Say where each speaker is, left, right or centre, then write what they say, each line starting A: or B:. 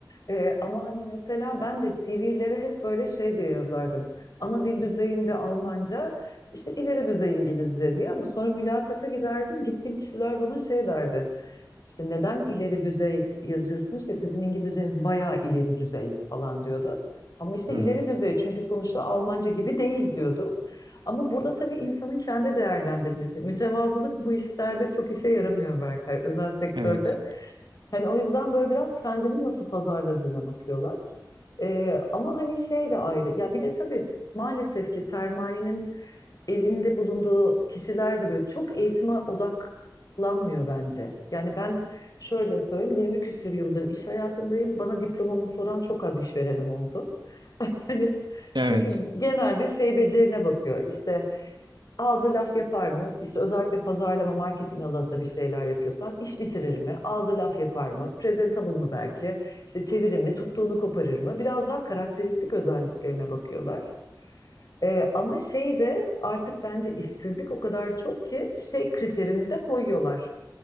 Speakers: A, on the left (about 55°); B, on the right (about 80°).
A: Ee, ama hani mesela ben de CV'lere hep böyle şey diye yazardım. Ana dil düzeyinde Almanca, işte ileri düzey İngilizce diye ama sonra mülakata giderdim. Gittiğim kişiler bana şey derdi. İşte neden ileri düzey yazıyorsunuz ki sizin İngilizceniz bayağı ileri düzey falan diyordu. Ama işte
B: Hı
A: ileri
B: hı.
A: düzey çünkü sonuçta Almanca gibi değil diyordum. Ama burada tabii insanın kendi değerlendirmesi. Mütevazılık bu işlerde çok işe yaramıyor Berkay, özel sektörde.
B: Evet.
A: Hani o yüzden böyle biraz kendini nasıl pazarladığına bakıyorlar. Ee, ama hani şey de ayrı. Ya bir de tabii maalesef ki sermayenin elinde bulunduğu kişiler de böyle çok eğitime odaklanmıyor bence. Yani ben şöyle söyleyeyim 20 küsür yıldır iş hayatındayım. Bana diplomamı soran çok az işverenim oldu. <laughs> Hani
B: Evet.
A: çünkü genelde şey becerine bakıyor. İşte ağzı laf yapar mı? İşte özellikle pazarlama, marketing alanında bir şeyler yapıyorsan iş bitirir mi? Ağzı laf yapar mı? Presentable mı belki? İşte çevirir mi? Tuttuğunu koparır mı? Biraz daha karakteristik özelliklerine bakıyorlar. Ee, ama şey de artık bence işsizlik o kadar çok ki şey kriterini de koyuyorlar.